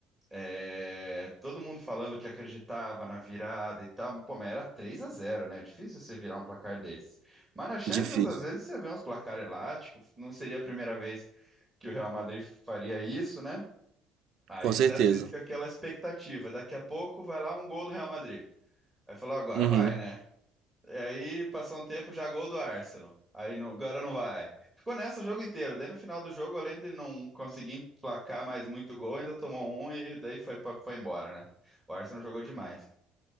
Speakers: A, on the right; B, on the right.
A: é, todo mundo falando que acreditava na virada e tal. Mas, pô, mas era 3 a zero, né? É Difícil você virar um placar desse. Mas na Champions,
B: Difícil,
A: às vezes, você vê uns placar elástico. Não seria a primeira vez que o Real Madrid faria isso, né? Aí
B: com certeza.
A: você assiste com aquela expectativa. Daqui a pouco vai lá um gol do Real Madrid. Aí falou, agora
B: Uhum.
A: vai, né? E aí passou um tempo, já gol do Arsenal. Aí não- agora não vai. Ficou nessa o jogo inteiro. Daí no final do jogo, além de não conseguir emplacar mais muito gol, ainda tomou um e daí foi, pra- foi embora, né? O Arsenal jogou demais.